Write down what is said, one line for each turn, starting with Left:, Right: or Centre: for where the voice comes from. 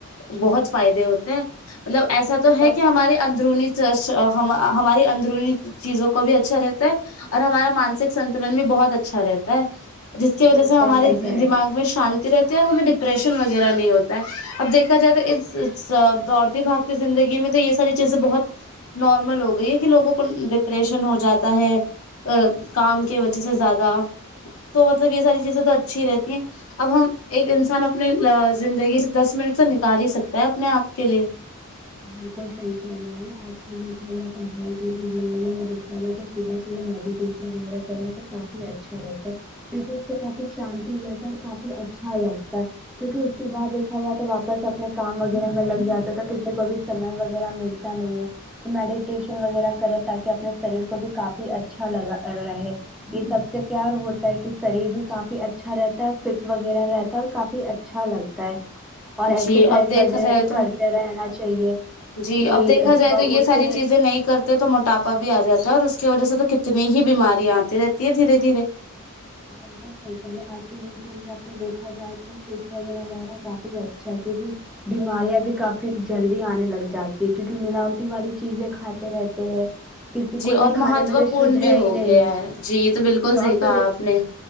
Left: بہت فائدے ہوتے ہیں مطلب
Centre: اس
Left: ایسا
Centre: سے
Left: تو ہے کہ ہمارے اندرونی ہماری اندرونی چیزوں کو بھی اچھا رہتا ہے اور ہمارا مانسک سنتولن بھی بہت اچھا رہتا ہے جس کی وجہ
Centre: بالکل
Left: سے ہمارے
Centre: صحیح کہہ
Left: دماغ
Centre: رہی
Left: میں شانتی رہتی ہے اور ہمیں ڈپریشن وغیرہ نہیں ہوتا ہے اب دیکھا جائے تو اس دوڑتی بھاگ زندگی میں تو یہ ساری چیزیں بہت نارمل ہو گئی ہے کہ لوگوں کو ڈپریشن ہو جاتا ہے ا کام کی وجہ سے زیادہ تو مطلب یہ ساری چیزیں تو اچھی رہتی ہیں اب ہم ایک انسان اپنے زندگی سے دس منٹ تو نکال ہی سکتا ہے اپنے آپ کے لیے
Centre: بالکل صحیح فرمائی آج کل دیکھا جا تو بہت دی زموں میں دیکھا جا تو صبح صبح میڈیٹیشن وغیرہ کرنا تو کافی اچھا رہتا ہے اس سے کافی شانتی رہتا اور کافی اچھا لگتا کیونکہ اس کے بعد دیکھا جائے تو واپس اپنے کام وغیرہ میں لگ جاتا ہے تو کسی کو ابھی سمے وغیرہ ملتا نہیں میڈیٹیشن وغیرہ کریں تاکہ اپنے شریر کو بھی کافی اچھا لگا رہے یہ سب سے کیایار ہوتا تا ہے کہ شریر بھی کافی اچھا رہتا ہے فٹ وغیرہ رہتا ہے اور کافی اچھا لگتا ہے اور ایکسرسائز
Left: جی اب دیکھا
Centre: وغیرہ
Left: جائے
Centre: بھی کرتے
Left: تو
Centre: رہ نا چاہیے
Left: جی
Centre: کہ
Left: اب دیکھا
Centre: صبح
Left: جائے تو یہ
Centre: اٹھ
Left: ساری
Centre: کے
Left: چیزیں نہیں کرتے تو موٹاپا بھی آ جاتا ہے اور اس کی وجہ سے تو کتنی ہی بیمارییا آتی رہتی ہے دھیرے دھیرے
Centre: تو بالکل سہی کہ رہی ہے آج کل یوٹیوب جاں پہ دیکھا جائے تو سٹ وغیرہ رہنا کافی اچھا ہے کیونکہ بیماریاں بھی کافی جلدی آنے لگ جاتی ہے کیونکہ ملاوٹی والی چیزیں کھاتے رہتے ہیں کسی
Left: جی
Centre: کوئی
Left: اور
Centre: بھی کھانے
Left: مہتو
Centre: میں تو
Left: پورن
Centre: شھد
Left: بھی
Centre: ہے ہی
Left: ہو
Centre: نہیں
Left: گیا ہے جی یہ بالکل
Centre: تو
Left: صحیح
Centre: اب تو
Left: کہا آپ نے